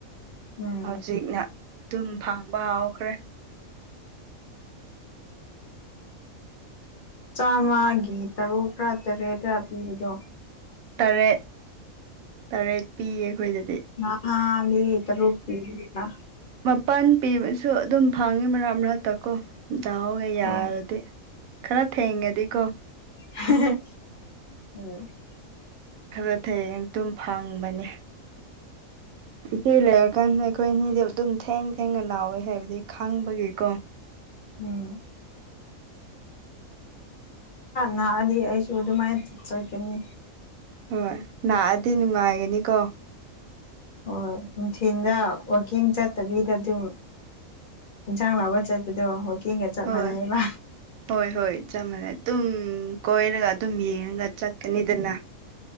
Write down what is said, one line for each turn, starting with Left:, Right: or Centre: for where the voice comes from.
Left: ꯎꯝ
Right: ꯍꯧꯖꯤꯛꯅ ꯑꯗꯨꯝ ꯐꯪꯕ ꯍꯥꯎꯈ꯭ꯔꯦ
Left: ꯆꯥꯝꯃꯒꯤ ꯇꯔꯨꯛꯔꯥ ꯇꯔꯦꯠꯔꯥ ꯄꯤꯕꯗꯣ
Right: ꯇꯔꯦꯠ ꯇꯔꯦꯠ ꯄꯤꯌꯦ ꯈꯣꯏꯗꯗꯤ
Left: ꯅꯍꯥꯟꯗꯤ ꯇꯔꯨꯛ ꯄꯤꯕꯅꯦꯗ
Right: ꯃꯥꯄꯟ ꯄꯤꯕꯁꯨ ꯑꯗꯨꯝ ꯐꯪꯉꯤ ꯃꯔꯛ ꯃꯔꯛꯇ ꯀꯣ ꯗꯥꯎꯒ ꯌꯥꯔꯗꯤ
Left: ꯍꯣꯏ
Right: ꯈꯔ ꯊꯦꯡꯉꯗꯤꯀꯣ
Left: <inaudible>
Right: ꯈꯔ ꯊꯦꯡ ꯇꯨꯝ ꯐꯪꯕꯅꯦ ꯏꯆꯦ ꯂꯩꯔꯀꯥꯟꯗ ꯑꯩꯈꯣꯏꯅꯤꯗꯤ ꯑꯗꯨꯝ ꯊꯦꯡ ꯊꯦꯡꯅ ꯂꯥꯎꯋꯦ ꯍꯥꯏꯕꯗꯤ ꯈꯪꯕꯒꯤꯀꯣ
Left: ꯎꯝ ꯅꯥꯗꯤ ꯑꯩꯁꯨ ꯑꯗꯨꯃꯥꯏ ꯆꯠꯀꯅꯤ
Right: ꯍꯣꯏ ꯂꯥꯛꯑꯗꯤ ꯅꯨꯡꯉꯥꯏꯒꯅꯤꯀꯣ
Left: ꯍꯣꯏ ꯅꯨꯡꯊꯤꯜꯗ ꯋꯥꯛꯀꯤꯡ ꯆꯠꯇꯕꯤꯗ ꯑꯗꯨꯝ ꯏꯟꯁꯥꯡ ꯂꯧꯕ ꯆꯠꯄꯗꯣ ꯋꯥꯛꯀꯤꯡꯒ ꯆꯞ
Right: ꯍꯣꯏ
Left: ꯃꯥꯟꯅꯩꯕ
Right: ꯍꯣꯏ ꯍꯣꯏ ꯆꯞ ꯃꯥꯟꯅꯩ ꯑꯗꯨꯝ ꯀꯣꯏꯔꯒ ꯑꯗꯨꯝ ꯌꯦꯡꯉꯒ ꯆꯠꯀꯅꯤꯗꯅ